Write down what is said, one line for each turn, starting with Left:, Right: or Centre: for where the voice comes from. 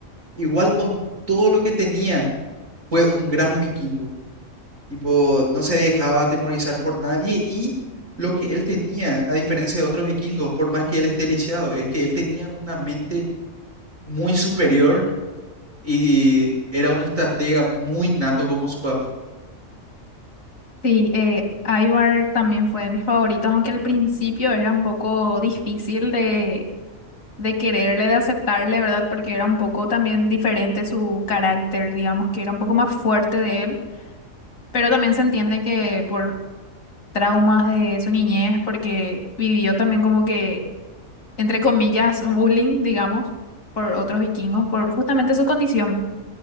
Right: igual con todo lo que tenía, fue un gran vikingo. Tipo, no se dejaba atemorizar por nadie y lo que él tenía, a diferencia de otros vikingos, por más que él esté lisiado, es que él tenía una mente muy superior y era un estratega muy nato como su papá.
Left: Sí, eh, Ivar también fue de mis favoritos, aunque al principio era un poco difícil de, de quererle, de aceptarle, ¿verdad? Porque era un poco también diferente su carácter, digamos que era un poco más fuerte de él. Pero también se entiende que por traumas de su niñez porque vivió también como que, entre comillas, bullying, digamos, por otros vikingos, por justamente su condición.